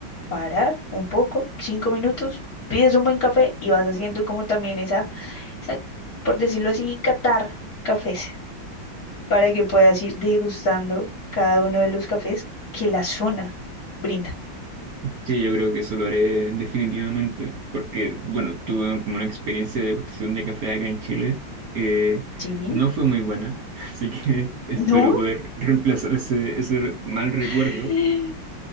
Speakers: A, on the left; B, on the right.
A: Parar un poco, cinco minutos, pides un buen café y vas haciendo como también esa, esa, por decirlo así, catar cafés, para que puedas ir degustando cada uno de los cafés que la zona brinda.
B: Sí, yo creo que eso lo haré definitivamente, porque, bueno, tuve como una experiencia de degustación de café acá en Chile. eh,
A: ¿Sí?
B: no fue muy buena, <laughs> así que espero
A: ¿No?
B: poder reemplazar ese, ese mal recuerdo
A: <laughs>